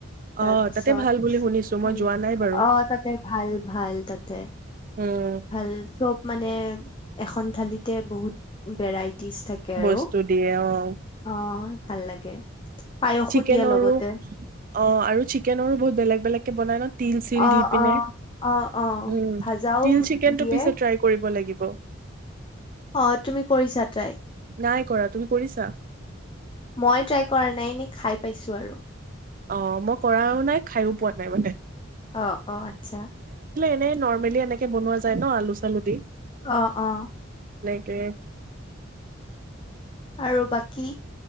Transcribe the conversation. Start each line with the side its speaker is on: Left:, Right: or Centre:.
Right: অ'
Left: তাৰপিছত
Right: তাতে ভাল বুলি শুনিছো মই
Left: উ
Right: যোৱা নাই বাৰু।
Left: অ তাতে ভাল ভাল তাতে
Right: উম,
Left: ভাল চব মানে এখন থালিতে বহুত বেৰাইট তিশ থাকে আৰু
Right: বস্তু দিয়ে অ'
Left: অ ভাল লাগে পায়সো
Right: চিকেনৰো
Left: দিয়ে লগতে
Right: অ আৰু চিকেনৰো বহুত বেলেগ বেলেগ কে বনাই ন তিল চিল
Left: অ
Right: দি পিনে
Left: অ অ অ
Right: উম
Left: ভাজাও
Right: তিল চিকেন
Left: দিয়ে
Right: টো পিছে ট্ৰাই কৰিব লাগিব অ
Left: অ তুমি কৰিছা ট্ৰাই
Right: নাই কৰা তুমি কৰিছা
Left: মই ট্ৰাই কৰা নাই নে খাই পাইছোঁ আৰু
Right: অ মই কৰাও নাই খাইো পোৱা নাই মানে
Left: অ অ আচ্ছা
Right: মানে নৰ্মেলি এনেকে বনোৱা যায় ন আলু চালু দি
Left: অ অ
Right: কে
Left: আৰু বাকী